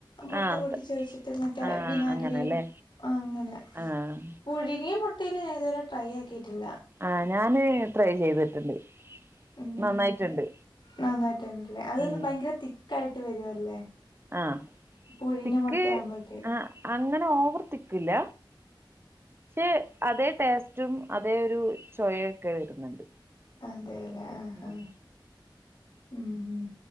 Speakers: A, on the left; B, on the right.
A: മുട്ട
B: ആഹ്
A: പൊട്ടിച്ചോഴിച്ചിട്ട് മറ്റേ
B: ആഹ്
A: വിനാഗിരിയും
B: അങ്ങനെല്ലേ
A: അങ്ങനെ
B: ആഹ്
A: പുഴുങ്ങിയ മുട്ടേല് ഞാൻ ഇതുവരെ ട്രൈ ആക്കിയിട്ടില്ല
B: ആഹ് ഞാന് ട്രൈ ചെയ്തിട്ടുണ്ട്
A: ഉം
B: നന്നായിട്ടുണ്ട്
A: നന്നായിട്ടുണ്ടല്ലേ അതൊന്ന്
B: ഉം
A: ബയങ്കര തിക്കായിട്ട് വരുവല്ലേ
B: ആഹ്
A: പുഴുങ്ങിയ
B: തിക്ക്
A: മുട്ടയാകുമ്പോഴത്തേക്ക്
B: ആഹ് അങ്ങനെ ഓവർ തിക്കില്ല ക്ഷെ അതേ ടേസ്റ്റും അതേ ഒരു ചൊവയൊക്കെ വരുന്നുണ്ട്
A: അതെല്ലേ ആഹ് ആഹ്
B: ഉം
A: ഉം ഉം